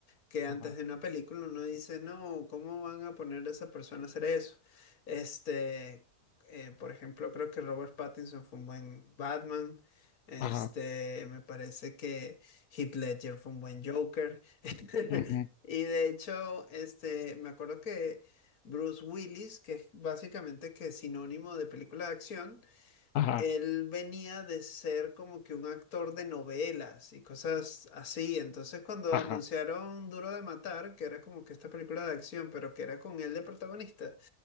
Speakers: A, on the left (about 70°); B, on the left (about 85°).
A: que antes
B: Ajá,
A: de una película uno dice, no, ¿cómo van a poner a esa persona a hacer eso? Este, eh, por ejemplo, creo que Robert Pattinson fue un buen Batman. Este,
B: ajá,
A: me parece que Heath Ledger fue un buen Joker. <laughs>
B: ujú,
A: Y de hecho, este, me acuerdo que Bruce Willis, que es básicamente que es sinónimo de película de acción,
B: ajá,
A: él venía de ser como que un actor de novelas y cosas así. Entonces cuando
B: ajá.
A: anunciaron Duro de Matar, que era como que esta película de acción, pero que era con él de protagonista,